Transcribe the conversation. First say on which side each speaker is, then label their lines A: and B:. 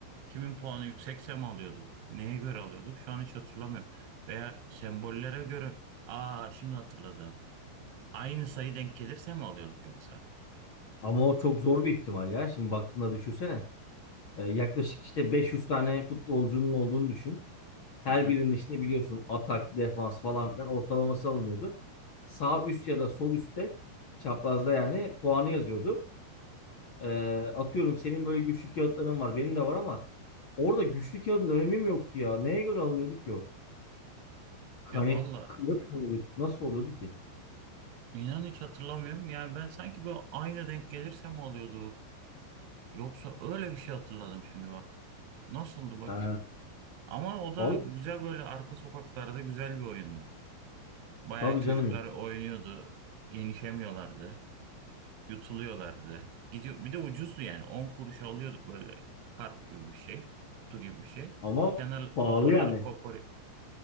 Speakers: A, on the right; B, on the left.
A: Kimin puanı yüksekse mi alıyorduk? Neye göre alıyorduk? Şu an hiç hatırlamıyorum. Veya sembollere göre aa şimdi hatırladım. Aynı sayı denk gelirse mi alıyorduk yoksa?
B: Ama o çok zor bir ihtimal ya. Şimdi baktığında düşünsene. Ee, yaklaşık işte 500 tane futbolcunun olduğunu düşün. Her
A: Hı hı.
B: birinin işte biliyorsun atak, defans falan filan ortalaması alınıyordu. Sağ üst ya da sol üstte çaprazda yani puanı yazıyordu. Ee, atıyorum senin böyle güçlü kağıtların var. Benim de var ama orada güçlü kağıdın önemi mi yoktu ya? Neye göre alınıyordu ki o? Kanet
A: Ya valla
B: kılıf mı oluyordu? Nasıl oluyordu ki?
A: inan hiç hatırlamıyorum. Yani ben sanki böyle aynı denk gelirse mi alıyorduk? Yoksa öyle bir şey hatırladım şimdi bak. Nasıldı bak?
B: Ha,
A: Ama o da
B: vallahi
A: güzel böyle arka sokaklarda güzel bir oyundu. Bayağı
B: tabii
A: çocuklar
B: canım.
A: oynuyordu. Yenişemiyorlardı. Yutuluyorlardı. Gidiyor, bir de ucuzdu yani. 10 kuruşa alıyorduk böyle kart gibi bir şey. Kutu gibi bir şey.
B: Ama
A: Kenar
B: pahalı
A: koparıyorduk
B: yani.
A: kopar.